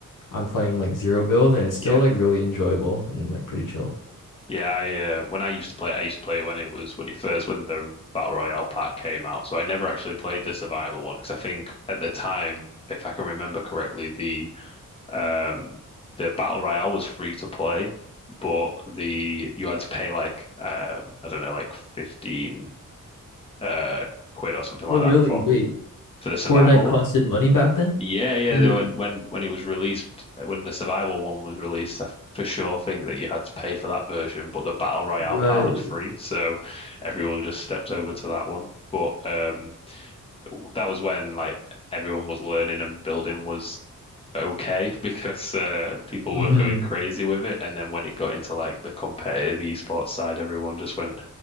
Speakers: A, on the left; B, on the left.
A: I'm playing like zero build and it's still
B: Yeah.
A: like really enjoyable and like pretty chill.
B: Yeah, I uh, when I used to play, it, I used to play it when it was when it first when the Battle Royale pack came out. So I never actually played the survival one because I think at the time, if I can remember correctly, the um the Battle Royale was free to play, but the you had to pay like um I don't know like 15 uh quid or something
A: Oh,
B: like
A: really?
B: that for
A: Wait,
B: for the survival
A: Fortnite costed
B: one.
A: money back then?
B: Yeah, yeah.
A: Sure.
B: the- When when when it was released, uh, when the survival one was released, I for sure think that you had to pay for that version, but the battle royale
A: Right.
B: part was free, so everyone just stepped over to that one. But um, w- that was when like everyone was learning and building was okay <laughs> because uh, people
A: Mm-hmm.
B: weren't going crazy with it. And then when it got into like the competitive esports side, everyone just went